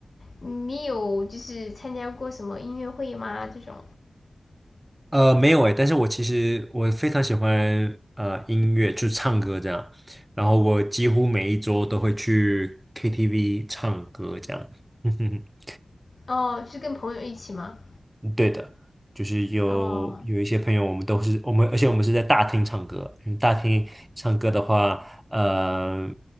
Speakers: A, on the left (about 50°); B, on the right (about 15°).
A: 你有就是参加过什么音乐会吗？这种？
B: 呃，没有哎，但是我其实我非常喜欢呃音乐，就是唱歌这样，然后我几乎每一周都会去 KTV 唱歌这样，<laughs>
A: 哦，是跟朋友一起吗？
B: 嗯对的，就是有有一些朋友，
A: 哦，
B: 我们都是我们，而且我们是在大厅唱歌。因为大厅唱歌的话，呃，